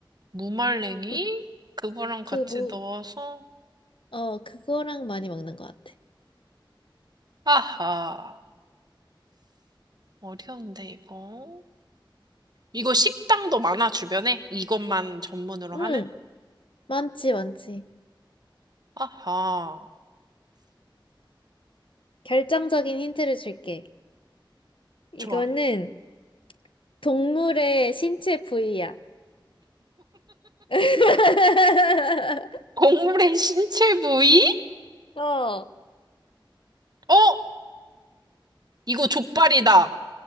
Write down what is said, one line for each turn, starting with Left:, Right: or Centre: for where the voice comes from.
Right: 무말랭이?
Left: 무,
Right: 그거랑
Left: 그
Right: 같이
Left: 무,
Right: 넣어서,
Left: 어, 그거랑 많이 먹는 것 같아.
Right: 아하, 어려운데, 이거. 이거 식당도 많아, 주변에? 이것만 전문으로
Left: 응,
Right: 하는?
Left: 많지, 많지.
Right: 아하,
Left: 결정적인 힌트를 줄게. 이거는
Right: 좋아.
Left: 동물의 신체 부위야. <laughs>
Right: 동물의 <laughs> 신체 부위?
Left: 어,
Right: 어? 이거 족발이다.